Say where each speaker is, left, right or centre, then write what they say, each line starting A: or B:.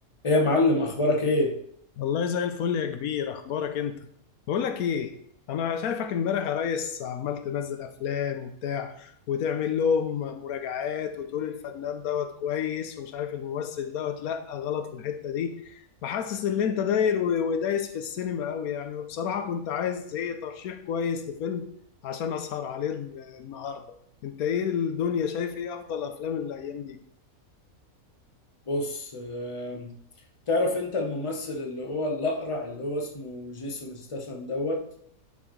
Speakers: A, on the left; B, on the left.
A: ايه يا معلم اخبارك ايه
B: والله زي الفل يا كبير اخبارك انت بقول لك ايه انا شايفك امبارح يا ريس عمال تنزل افلام وبتاع وتعمل لهم مراجعات وتقول الفنان دوت كويس ومش عارف الممثل دوت لا غلط في الحتة دي فحاسس ان انت داير و- ودايس في السينما قوي يعني وبصراحة كنت عايز ايه ترشيح كويس لفيلم عشان اسهر عليه ال- النهاردة انت ايه الدنيا شايف ايه افضل افلام الايام دي
A: بص آم، تعرف انت الممثل اللي هو الاقرع اللي هو اسمه جيسون ستاثام دوت